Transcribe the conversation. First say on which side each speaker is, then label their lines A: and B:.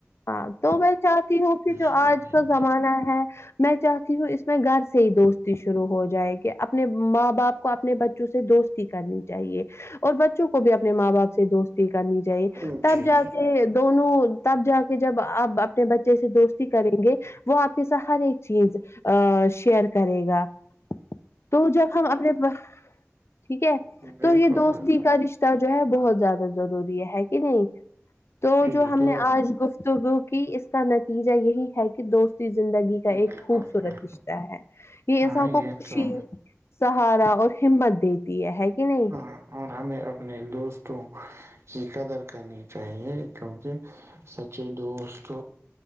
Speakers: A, on the left; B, on the right.
A: ہاں تو میں چاہتی ہوں کہ جو
B: سے
A: آج
B: وہ کہیں
A: کا زمانہ ہے میں چاہتی ہوں اس میں گھر سے سے ہی دوستی شروع ہو جائے گی اپنے ماں باپ کو اپنے بچوں سے دوستی کرنی چاہیے اور بچوں کو بھی اپنے ماں باپ سے دوستی کرنی چاہیے
B: گے
A: تب
B: جی
A: جا
B: جی
A: کے دونوں تب جا کے کہ جب آپ اپنے بچے سے دوستی کریں گے وہ آپ کے سا ہر ایک چیز ا شیئر کرے گا تو جب ہم اپنے ٹھیک ہے
B: بالکل بالکل
A: تو یہ دوستی کا رشتہ جو ہے بہت زیادہ ضروری ہے کہ نہیں تو
B: یہ
A: جو ہم
B: تو
A: نے آج گفت کیک اس کا نتیجہ یہی ہے کہ دوست زندگی کا
B: بالکل
A: ایک خوبصورت
B: بالکل،
A: رشتہ ہے یہ
B: ہاں
A: ایسا کو خوشی
B: تو
A: سہارا اور ہمت دیتی ہے ہے کہ نہیں
B: ہاں ہمیں اپنے دوستوں کی قدر کرنی چاہیے کیونکہ سچے دوست